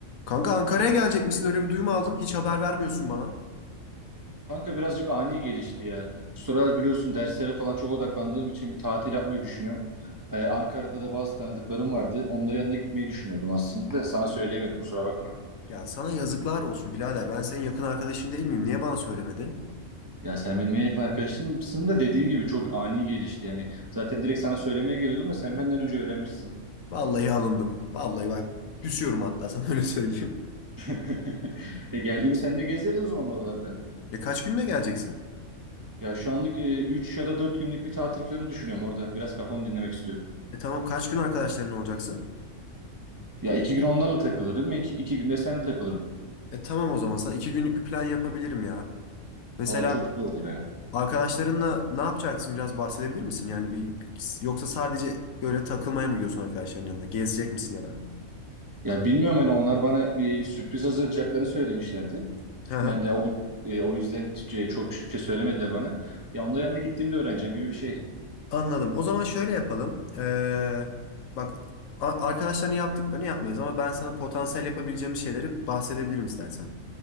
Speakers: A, on the left; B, on the right.
A: Kanka Ankara'ya gelecek misin? Öyle bir duyum aldım. Hiç haber vermiyorsun bana.
B: Kanka birazcık ani gelişti ya. Şu sıralar biliyorsun derslere falan çok odaklandığım için bir tatil yapmayı düşünüyorum. Ee, Ankara'da da bazı tanıdıklarım vardı. Onların yanına gitmeyi düşünüyordum aslında da sana söyleyemedim kusura bakma.
A: Ya sana yazıklar olsun birader. Ben senin yakın arkadaşın değil miyim? Niye bana söylemedin?
B: Ya sen benim en yakın arkadaşımsın da dediğim gibi çok ani gelişti yani. Zaten direkt sana söylemeye geliyordum da sen benden önce öğrenmişsin.
A: Vallahi alındım. Vallahi bak küsüyorum hatta sana <laughs> öyle söyleyeyim.
B: <laughs> E geldi mi sen de gezeriz o zaman oralarda.
A: E kaç günle geleceksin?
B: Ya şu anlık 3 ya da 4 günlük bir tatil planı düşünüyorum orada. Biraz kafamı dinlemek istiyorum.
A: E tamam kaç gün arkadaşların olacaksın?
B: Ya 2 gün onlarla takılırım. 2 günde seninle takılırım.
A: E tamam o zaman sana iki günlük bir plan yapabilirim ya. Mesela
B: Valla çok güzel olur ya.
A: arkadaşlarınla ne yapacaksın biraz bahsedebilir misin? Yani bir yoksa sadece böyle takılmaya mı gidiyorsun arkadaşların yanına? Gezecek misin ya da?
B: Ya bilmiyorum hani onlar bana bir sürpriz hazırlayacaklarını söylemişlerdi.
A: <laughs>
B: Ben de o, e, o yüzden t- çok şey söylemediler bana. Ya onların yanına gittiğimde öğreneceğim gibi bir şey.
A: Anladım. O zaman şöyle yapalım. Ee, bak a- arkadaşların yaptıklarını yapmayız ama ben sana potansiyel yapabileceğim şeyleri bahsedebilirim istersen.